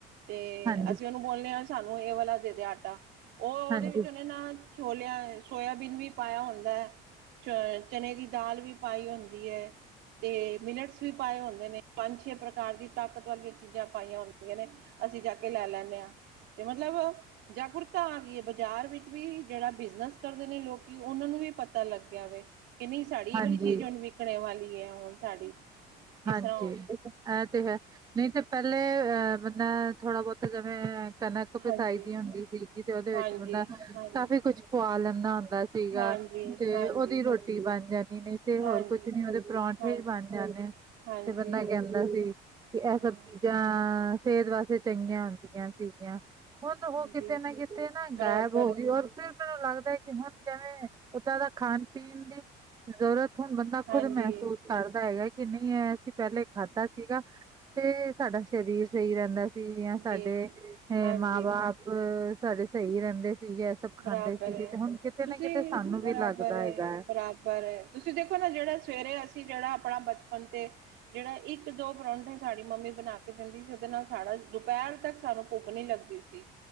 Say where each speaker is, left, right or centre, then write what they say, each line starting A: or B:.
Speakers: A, on the right; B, on the right.
A: ਤੇ,
B: ਹਾਂਜੀ,
A: ਅਸੀਂ ਉਹਨੂੰ ਬੋਲਨੇ ਹਾਂ ਸਾਨੂੰ ਇਹ ਵਾਲਾ ਦੇ ਦੇ ਆਟਾ, ਉਹ ਉਹਦੇ
B: ਹਾਂਜੀ,
A: ਵਿੱਚ ਉਹਨੇ ਨਾ। ਛੋਲਿਆਂ, ਸੋਇਆਬੀਨ ਵੀ ਪਾਇਆ ਹੁੰਦਾ ਹੈ, ਚ ਚਨੇ ਦੀ ਦਾਲ ਵੀ। ਪਾਈ ਹੁੰਦੀ ਹੈ। ਅਤੇ ਮਿਲਟਸ ਵੀ ਪਾਏ ਹੁੰਦੇ ਨੇ, ਪੰਜ ਛੇ ਪ੍ਰਕਾਰ ਦੀਆਂ ਤਾਕਤ ਵਾਲੀਆਂ ਚੀਜ਼ਾਂ ਪਾਈਆਂ ਹੁੰਦੀਆਂ ਨੇ। ਅਸੀਂ ਜਾ ਕੇ ਲੈ ਲੈਣੇ ਆ, ਤੇ ਮਤਲਬ ਜਾਗਰੂਕਤਾ ਆ ਗਈ ਏ ਬਾਜ਼ਾਰ ਵਿੱਚ। ਵੀ ਜਿਹੜਾ ਬਿਜਨਸ ਕਰਦੇ ਨੇ ਲੋਕੀ, ਉਹਨਾਂ ਨੂੰ ਵੀ ਪਤਾ ਲੱਗ ਗਿਆ ਵੇ, ਏਹ ਨਹੀਂ ਸਾਡੀ ਇਹ
B: ਹਾਂਜੀ।
A: ਵਾਲੀ। ਚੀਜ਼ ਹੁਣ ਵਿਕਣੇ ਵਾਲੀ ਏ, ਹੁਣ ਸਾਡੀ ਇਸ
B: ਹਾਂਜੀ,
A: ਤਰ੍ਹਾਂ
B: ਐ ਤੇ ਹੈ। ਨਹੀਂ ਤੇ ਪਹਿਲੇ, ਅ, ਬੰਦਾ ਥੋੜਾ ਬਹੁਤਾ ਜਿਵੇਂ ਕਣਕ ਪਿਸਾਈ
A: ਹਾਂਜੀ
B: ਦੀ ਹੁੰਦੀ ਸੀ, ਜਿਦੇ ਉਹਦੇ
A: ਹਾਂਜੀ
B: ਵਿੱਚ ਬੰਦਾ,
A: ਹਾਂਜੀ
B: ਕਾਫ਼ੀ ਕੁਛ ਪੁਆ ਲੈਂਦਾ ਹੁੰਦਾ। ਸੀਗਾ
A: ਹਾਂਜੀ
B: ਤੇ
A: ਹਾਂਜੀ
B: ਉਹਦੀ ਰੋਟੀ ਬਣ ਜਾਂਦੀ ਨਹੀਂ ਤੇ
A: ਹਾਂਜੀ
B: ਹੋਰ ਕੁਛ ਨੀ ਉਹਦੇ ਪਰੌਂਠੇ
A: ਹਾਂਜੀ
B: ਹੀ ਬਣ ਜਾਂਣੇ।
A: ਹਾਂਜੀ
B: ਤੇ ਬੰਦਾ ਕਹਿੰਦਾ ਸੀ, ਕਿ ਇਹ
A: ਹਮ
B: ਸਬਜ਼ੀ ਜਾਂ ਸਿਹਤ ਵਾਸਤੇ। ਟੰਗੀਆਂ ਹੁੰਦੀਆਂ ਸੀ ਗੀਆਂ, ਹੁਣ ਉਹ
A: ਹਾਂਜੀ
B: ਕਿਤੇ ਨਾ ਕਿਤੇ ਨਾ
A: ਬਰਾਬਰ
B: ਗਾਇਬ ਹੋ
A: ਹੈ
B: ਗਈ ਔਰ। ਫਿਰ ਪਤਾ ਲੱਗਦਾ ਕਿ ਹੁਣ ਜੈਵੇਂ ਉੱਦਾਂ ਦਾ ਖਾਣ ਪੀਣ ਦੀ ਜ਼ਰੂਰਤ। ਹੁਣ ਬੰਦਾ
A: ਹਾਂਜੀ
B: ਖੁਦ ਮਹਿਸੂਸ ਕਰਦਾ ਹੈਗਾ ਕਿ ਨਹੀਂ। ਕਿ ਅਸੀਂ ਪਹਿਲੇ ਖਾਧਾ ਸੀਗਾ ਤੇ ਸਾਡਾ ਸਰੀਰ ਸਹੀ ਰਹਿੰਦਾ। ਸੀ ਜਾਂ ਸਾਡੇ,
A: ਜੀ
B: ਅ
A: ਹਾਂਜੀ
B: ਮਾਂ ਬਾਪ ਸਾਡੇ ਸਹੀ ਰਹਿੰਦੇ। ਸੀਗੇ ਇਹ ਸਭ ਖਾਂਦੇ
A: ਬਰਾਬਰ
B: ਸੀਗੇ
A: ਏ,
B: ਤੇ ਹੁਣ ਕਿਤੇ
A: ਤੁਸੀਂ
B: ਨਾ ਕਿਤੇ ਸਾਨੂੰ
A: ਬਰਾਬਰ
B: ਵੀ ਲੱਗਦਾ
A: ਏ,
B: ਹੈਗਾ ਹੈ
A: ਬਰਾਬਰ ਏ, ਤੁਸੀਂ ਦੇਖੋ ਨਾ ਜਿਹੜਾ। ਸਵੇਰੇ ਅਸੀਂ ਜਿਹੜਾ ਆਪਣਾ ਬਚਪਨ ਤੇ। ਜਿਹੜਾ ਇੱਕ-ਦੋ ਪਰੌਂਠੇ ਸਾਡੀ ਮੰਮੀ ਬਣਾ ਕੇ ਦਿੰਦੀ ਸੀ, ਉਹਦੇ ਨਾਲ ਸਾਡਾ ਦੁਪਹਿਰ ਤੱਕ ਸਾਨੂੰ। ਭੁੱਖ ਨਹੀਂ ਲੱਗਦੀ ਸੀ